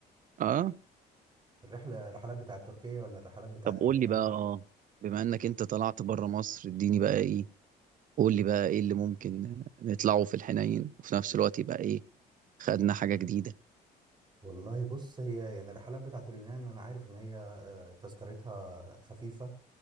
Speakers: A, on the right; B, on the right.
A: اه
B: الرحلة الرحلات بتاعت تركيا ولا الرحلات بتاعت
A: طب
B: اليونان
A: قول لي بقى اه بما انك انت طلعت بره مصر اديني
B: بت...
A: بقى ايه قول لي بقى ايه اللي ممكن نطلعه في الحنين وفي نفس الوقت يبقى ايه خدنا حاجة جديدة
B: والله بص هي يعني الرحلات بتاعت اليونان انا عارف ان هي آه، تذكرتها خفيفة